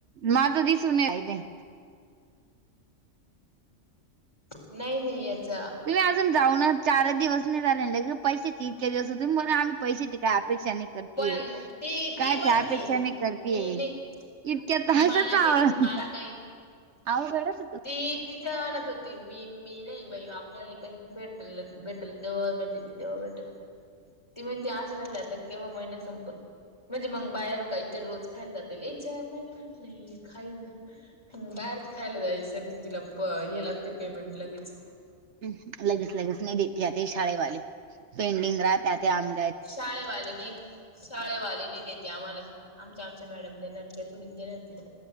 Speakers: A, on the right; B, on the left.
A: माझं दिसू नई राहिलय.
B: नाही नाही याचा
A: तुम्ही अजून जाऊ ना चार दिवस नाही झाले ले पैसेचे इतक्या दिवस तुम्ही आम्ही पैसे काही अपेक्षा नाही करतीय,
B: पण ती
A: कायच्या
B: ती म्हणती
A: अपेक्षा नाही करतीय.
B: मी नाही
A: इतक्या त
B: मला
A: हसायचा
B: नाही
A: आवाज
B: मला काही
A: अवघडच ये.
B: ती तिच म्हणत होती मी मी नाही बाई आपल्याला नई काही भेटलच भेटलच जेव्हा भेटायचं तेव्हा भेटल. ती म्हणती आस झालं आता केव्हा महिना संपलं? म्हणजे मग बाहेर काहीतरी रोज खायला जाता येईल इच्यामाई म्हटलं ही खाय बाहेरच खायला जायसाठी तिला प हे लागते पेमेंट लगेच.
A: ह लगेच लगेच नाही देेत आते हे शाळेवाले पेंडिंग राहत्या ते आम
B: शाळेवाले ने शाळेवाले नाही देती आम्हाला आमच्या आमच्या मॅडम देणार ते थोडीच देणार ते